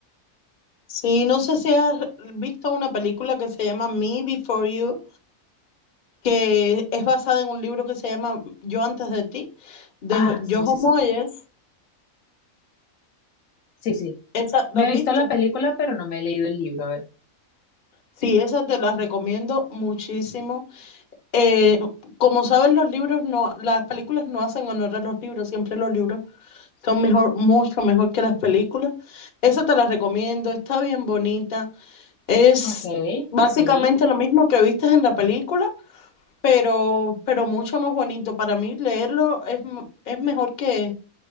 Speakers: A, on the left; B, on the left.
A: Sí, no sé si has visto una película que se llama Me Before You, que es basada en un libro que se llama Yo antes de ti, de
B: Ah,
A: Jo-
B: sí,
A: Jojo
B: sí, sí,
A: Moyes.
B: sí, sí.
A: ¿Esa la
B: Me
A: has
B: he visto
A: visto?
B: la película, pero no me he leído el libro. A ver.
A: Sí, esa te la recomiendo muchísimo. Eh, como sabes, los libros no, las películas no hacen honor a los libros, siempre los libros son mejor, mucho mejor que las películas. Esa te la recomiendo, está bien bonita. Es
B: Ok,
A: básicamente
B: sí,
A: lo mismo que viste en la película, pero, pero mucho más bonito. Para mí leerlo es, m- es mejor que,